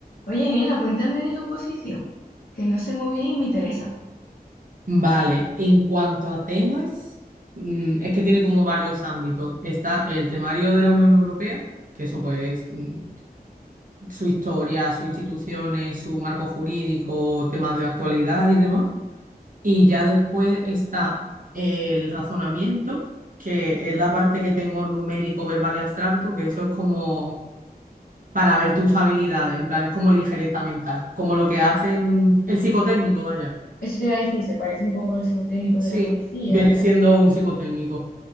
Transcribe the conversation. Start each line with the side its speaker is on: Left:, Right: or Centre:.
Left: Oye, nena, cuéntame de tu posición, que no sé muy bien y me interesa.
Right: Vale, en cuanto a temas, mm, es que tiene como varios ámbitos. Está el temario de la Unión Europea, que eso pues mm, su historia, sus instituciones, su marco jurídico, temas de actualidad y demás. Y ya después está el razonamiento, que es la parte que tengo numérico, verbal y abstracto, que eso es como para ver tus habilidades, en plan es como ligereza mental, como lo que hacen el psicotécnico, vaya.
Left: Eso te iba a decir, se parece un poco al psicotécnico
Right: Sí,
Left: de la policía
Right: viene
Left: y tal.
Right: siendo un psicotécnico.